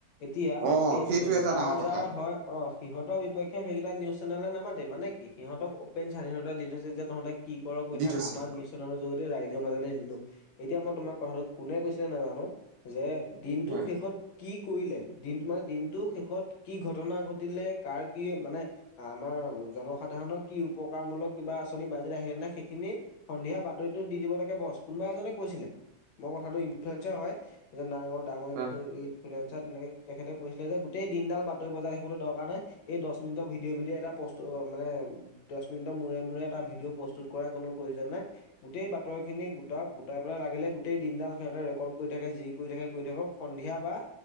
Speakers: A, on the left; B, on the right.
A: এতিয়া
B: অ
A: সেই
B: সেইটো এটা
A: যাৰ
B: ডাঙৰ কথা
A: যাৰ হয় অ সিহতৰ বিপক্ষে সেইকেইটা নিউজ চেনেলে নামাতে মানে কি সিহঁতক অপেন স্বাধীনতা দি থৈছে যে তহঁতে কি কৰ কৈ
B: দি
A: থাক
B: থৈছে
A: আমাৰ নিশ্চ য ৰাইজৰ মাজলৈ নিলো এতিয়া মই তোমাৰ কথাটো কোনে কৈছে নাজানো,, যে দিনটো
B: হয়
A: শেষত কি কৰিলে দিন মানে দিনটো শেষত কি ঘটনা ঘটিলে কাৰ কি মানে আমাৰ জনসাধাৰণৰ কি উপকাৰমূলক কিবা আঁচনি বাজেট আহিলে নে সেইখিনি সন্ধিয়া বাতৰিটোত দি দিব লাগে বছ কোনোবা এজনে কৈছিলে মোৰ কথাটো ইনফ্লেমেচনৰ হয়। এজন নাঙৰ ডাঙৰ
B: হয়
A: ইনফ্লুৱেঞ্চাৰ তেনেকে তেখেতে কৈছিলে যে গোটেই দিনডাল বাতৰি বজাই থাকিবলৈ দৰকাৰ নাই। এই দশ মিনিটৰ ভিডিঅে ভিডিয়ে এটা প্ৰস্তু অ মানে দশ মিনিটৰ মূৰে মূৰে এটা ভিডিঅ' প্ৰস্তুত কৰাৰ কোনো প্ৰয়োজন নাই। গোটেই বাতৰি খিনি গোটাওক, গোটাই পেলাই লাগিলে গোটেই দিনডাল সিহঁতে ৰেকৰ্ড কৰি থাকে যি কৰি থাকে কৰি থাকক, সন্ধিয়া বা